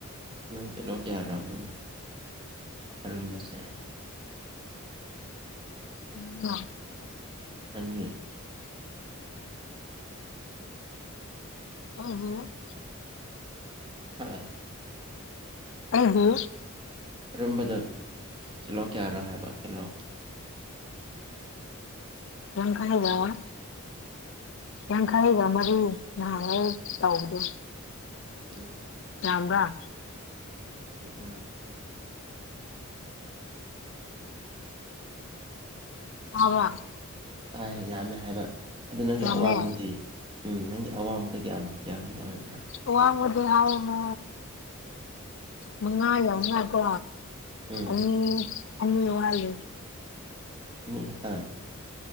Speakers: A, on the right; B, on the left.
A: ꯅꯪ ꯀꯤꯂꯣ ꯀꯌꯥꯔꯣ ꯅꯪ ꯑꯔꯨꯝꯕꯁꯦ
B: ꯑꯣ <inaudible>
A: ꯅꯪꯒꯤ
B: ꯑꯣ ꯍꯣ <inaudible>
A: ꯍꯥ
B: ꯑ ꯍꯣ <inaudible>
A: ꯑꯔꯨꯝꯕꯗꯣ ꯀꯤꯜꯍꯣ ꯀꯌꯥꯔꯣ ꯍꯥꯏꯕ ꯀꯤꯜꯂꯣ
B: ꯎ ꯎ ꯂꯈꯕ <inaudible> ꯌꯥꯡꯈꯩꯒ ꯃꯔꯤ ꯅꯍꯥꯟ ꯂꯩꯕꯗꯣ
A: ꯎꯝ <inaudible>
B: ꯌꯥꯝꯕꯔꯥ
A: ꯎꯝ
B: ꯇꯥꯕꯔꯥ
A: ꯇꯥꯏ ꯌꯥꯝꯃꯦ ꯍꯥꯏꯕ ꯑꯗꯨꯗꯤ ꯅꯪꯒꯤ
B: ꯌꯥꯝꯃꯦ
A: ꯑꯋꯥꯡꯕꯗꯤ ꯎꯝ ꯅꯪꯒꯤ ꯑꯋꯥꯡꯕꯗꯤ ꯀꯌꯥꯝ ꯀꯌꯥꯃꯨꯛ ꯑꯣꯏꯕ꯭ꯔꯥ
B: ꯑꯋꯥꯡꯕꯗꯤ ꯍꯥꯎꯅ ꯃꯉꯥ ꯌꯥꯎꯅꯥꯢꯀꯣ
A: ꯎꯝ
B: ꯑꯅꯤ ꯑꯅꯤ ꯋꯥꯠꯂꯤ
A: ꯑꯅꯤ ꯈꯤꯇꯪ